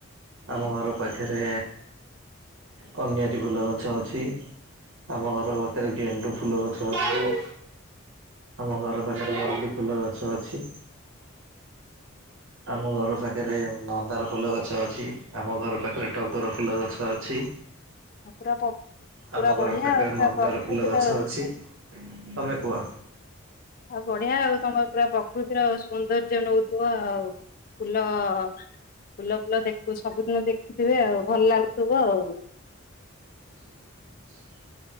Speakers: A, on the right; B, on the left.
A: ଆମ ଘର ପାଖରେ, କନିଆରି ଫୁଲ ଗଛ ଅଛି। ଆମ ଘର ପାଖରେ ଗେଣ୍ଡୁ ଫୁଲ ଗଛ ଅଛି। ଆମ ଘରପାଖରେ ମଲ୍ଲି ଫୁଲ ଗଛ ଅଛି। ଆମ ଘର ପାଖରେ, ମନ୍ଦାର ଫୁଲ ଗଛ ଅଛି। ଆମ ଘର ପାଖରେ ଟଗର ଫୁଲ ଗଛ ଅଛି।
B: ପୁରା ପୁରା
A: ଆମ ଘର
B: ବଢିଆ
A: ପାଖରେ
B: ଆଉ ପୁରା
A: ମନ୍ଦାର
B: ପ୍ରକୃତିର
A: ଫୁଲ ଗଛ ଅଛି। ତମେ କୁହ
B: ଆଉ ବଢିଆ ଆଉ। ତମର ପୁରା ପ୍ରକୃତିର ଆ ସୌନ୍ଦର୍ଯ୍ୟ ନଉ ତୁ ଆଉ ଫୁଲ ଫୁଲ ଫୁଲ ଦେଖୁ ସବୁଦିନ ଦେଖୁଥିବେ ଆଉ। ଭଲ ଲାଗୁଥିବ ଆଉ।
A: <inaudible>